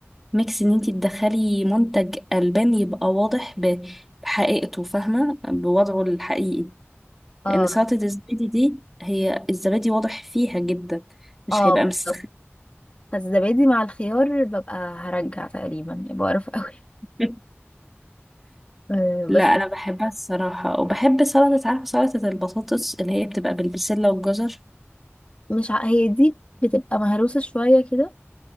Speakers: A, in the centre; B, on the left.
A: ميكس ان انتي تدخلي منتج البان يبقى واضح ب- بحقيقته فاهمه بوضعه الحقيقي
B: اه
A: لان سلطه الزبادي دي هي الزبادي واضح فيها جدا مش
B: اه
A: هيبقى
B: بالظبط
A: مستخدم
B: فالزبادي مع الخيار ببقى هرجع تقريبا يعني بقرف قوي
A: <laughs>
B: آه بس
A: لا انا بحبها الصراحه وبحب سلطه عارفه سلطه البطاطس اللي هي بتبقى بالبسله والجزر
B: مش ع... هي دي بتبقى مهروسة شوية كده